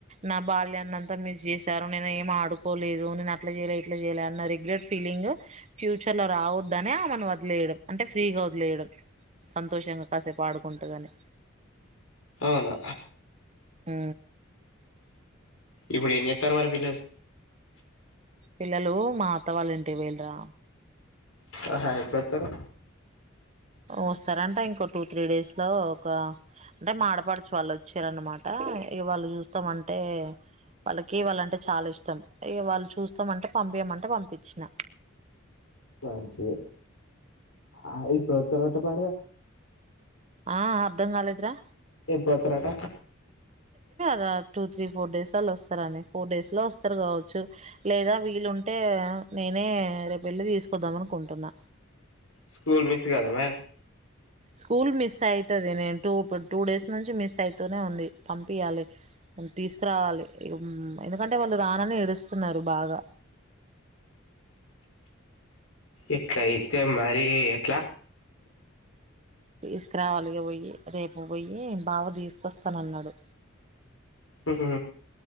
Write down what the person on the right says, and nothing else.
నా బాల్యాన్నంతా మిస్ చేశారు ఉ నేనేం ఆడుకొలేదు నే అట్ల జేయలే ఇట్ల జేయలే అన్న రెగ్రేట్ ఫీలింగు ఫ్యూచర్ లో రావద్దనే ఆమెను వదిలేయడం అంటే ఫ్రీగా వదిలేయడం సంతోషంగా కాసేపు ఆడుకుంటగాని
ఉ
పిల్లలు మా అత్తవాళ్ళ ఇంటి వేల్రా
వస్తారంట ఇంకో టూ త్రీ డేస్ లో ఒక అంటే మాడపడుచు వాళ్ళు వచ్చిరనమాట ఆ ఇగ వాళ్ళు చూస్తామంటే వాళ్ళకి వాళ్ళంటే చాలా ఇష్టం ఇగ వాళ్ళు చూస్తామంటే పంపియమంటే వంపిచిన
ఆ అర్ధం కాలేదురా
రా టు త్రీ ఫోర్ డేస్ లల్ల వస్తరని ఫోర్డేస్ లో వస్తరు కావచ్చు లేదా వీలుంటే నేనే రేపు వెళ్ళి తీసుకుద్దాం అనుకుంటున్నా
స్కూల్ మిస్ అయితది నేను టూ ఇప్ టూ డేస్ నుంచి మిస్ అయితూనే ఉంది పంపియాలే తీసుకురావాలి ఎందుకంటే వాళ్ళు రానని ఏడుస్తున్నారు బాగా
తీసుకురావాలి ఇగా పోయి రేపు పోయి బావ తీసుకొస్తానన్నాడు